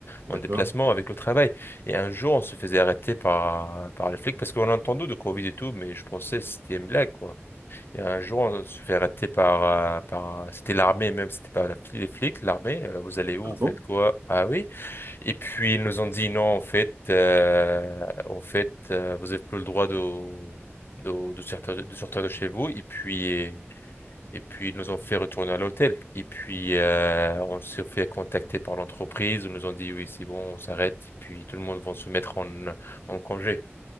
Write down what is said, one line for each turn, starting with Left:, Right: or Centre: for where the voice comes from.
Right: d'accord.
Left: en déplacement avec le travail. Et un jour, on se faisait arrêter par, par les flics parce qu'on a entendu de Covid et tout, mais je pensais que c'était une blague, quoi. Et un jour, on se fait arrêter par, euh, par, euh, c'était l'armée même, c'était pas la, fli- les flics, l'armée. euh, Vous allez où?
Right: Ah
Left: Vous
Right: bon?
Left: faites quoi? Ah oui. Et puis ils nous ont dit non, en fait, euh, en fait, euh, vous n'avez plus le droit de, de, de sortir, de sortir de chez vous. Et puis, et puis ils nous ont fait retourner à l'hôtel. Et puis euh, on s'est fait contacter par l'entreprise. Ils nous ont dit oui, c'est bon, on s'arrête. Et puis tout le monde va se mettre en, en congé.